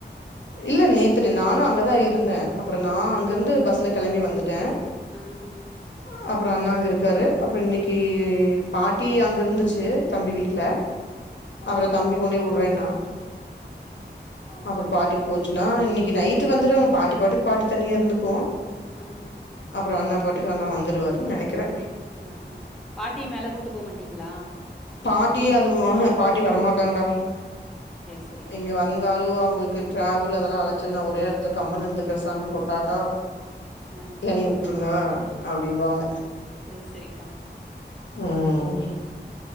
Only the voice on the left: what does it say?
இல்ல நேத் செரி நானு அங்கதா இருந்தே அப்பறோ நா அங்கருந்து பஸ்ல கெளம்பி வந்துட்டே
உஹம் அப்பறோ அண்ணா அங்க இருக்காரு அப்பறோ இன்னிக்கி பாட்டி அங்கருந்துச்சு தம்பி வீட்ல அப்பறோ தம்பி கொண்டோய் உட்றேன்னா அப்பறோ பாட்டி போச்சுன்னா இன்னிக் இ நைட்டு வந்துருவாங்க பாட்டி பாட்டுக்கு பாட்டி தனியாருந்துக்கு
அப்பறோ அண்ணா பாட்டுக்கு அண்ணா வந்துருவாருன் நெனைக்குறே
பாட்டி அது <unintelligible> பாட்டி வரமாட்டாங்கடா
இங்க வந் தாலு அவுங்களுக்கு டிராவல் அதெல்லா அழச்சல் நா ஒரே எடத்துல கம்முனு இருந்துக்கற சாமி பொட்டாட்டோ
என்னைய உட்ருங்க அப்படிம்பாங்க
ம்